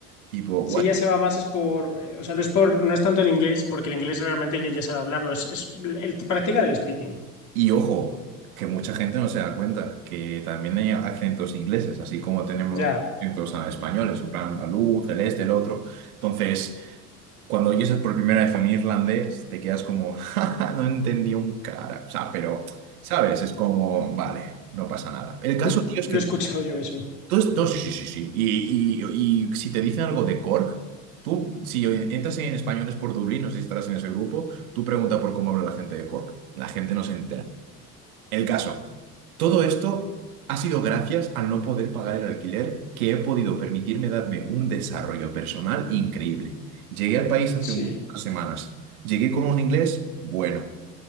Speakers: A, on the right (about 60°); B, on the left (about 35°).
A: Tipo,
B: Si ya se va más es por, eh, o sea, no es por, no es tanto el inglés, porque el inglés realmente ya, ya sabe hablarlo, es, es el practicar el speaking.
A: Y ojo, que mucha gente no se da cuenta que también hay acentos ingleses, así como tenemos
B: Ya,
A: acentos ah, españoles, en plan andaluz, el este, el otro. Entonces, cuando oyes por primera vez un irlandés, te quedas como, <laughs> "Ja, ja, no entendí un cara. O sea, pero, ¿sabes? Es como, vale, no pasa nada. El caso,
B: L-
A: tío,
B: lo
A: es que
B: he escuchado yo eso.
A: tú, es- no, sí, sí, sí, sí. Y, y- y si te dicen algo de Cork, tú, si entras en Españoles por Dublín, no sé si estarás en ese grupo, tú pregunta por cómo habla la gente de Cork. La gente no se entera. El caso, todo esto ha sido gracias al no poder pagar el alquiler que he podido permitirme darme un desarrollo personal increíble. Llegué al país hace
B: Sí,
A: unas semanas. Llegué con un inglés bueno.